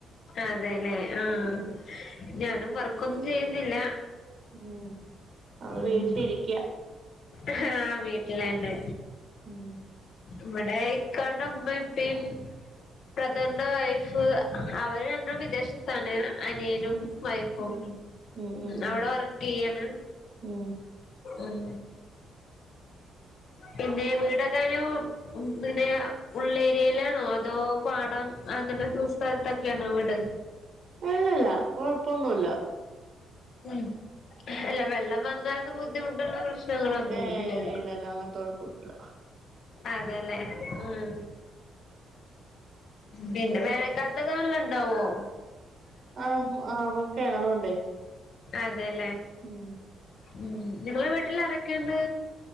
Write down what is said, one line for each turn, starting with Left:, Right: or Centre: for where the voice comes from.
Left: അതെല്ലേ ആഹ്
Right: ഉം
Left: ഞാനും വർക്കൊന്നും ചെയ്യുന്നില്ല
Right: ഉം അവള്
Left: ഉം
Right: വീട്ടിലിരിക്ക്യാ
Left: ആഹ് വീട്ടിലെന്നെ
Right: ഉം
Left: ഇവിടെ ഇക്കാണ്ട് ഉമ്മിപ്പി ബ്രദർന്റെ വൈഫ് അവര് അങ്ങ് വിദേശത്ത് ആണ് അനിയനും
Right: ഉം
Left: വൈഫും
Right: ഉം ഉം ഉം ഉം ഉം
Left: അവിടെ വർക്ക് ചെയ്യാണ്
Right: ഉം
Left: ഉം പിന്നെ വീടെക്കാനും ങ്ങനെ ഉള്ളേരിയേലാണോ അതോ പാടം അങ്ങനെ സ്ഥൽത്തൊക്കേണോ വീട്
Right: അല്ലല്ല കൊഴപ്പൊന്നുല്ല
Left: ഉം അല്ല വെള്ളം വന്നാലന്ന ബുദ്ധിമുട്ടുള്ള പ്രശ്നം പ്രശ്നങ്ങളൊന്നും
Right: ഏഹ്
Left: ഇല്ലല്ലോ
Right: ഇല്ലല്ല അങ്ങനത്തെ കൊഴപ്പൊന്നുല്ല
Left: അതെല്ലേ ഉം പിന്നെ വേനൽ കാല <unintelligible> കാണലുണ്ടാവോ
Right: ആഹ് ആഹ് ഓൽക്ക് കെണറുണ്ട്
Left: അതെല്ലേ
Right: ഉം
Left: ഉം നി ങ്ങളെ വീട്ടിൽ ആരൊക്കെണ്ട്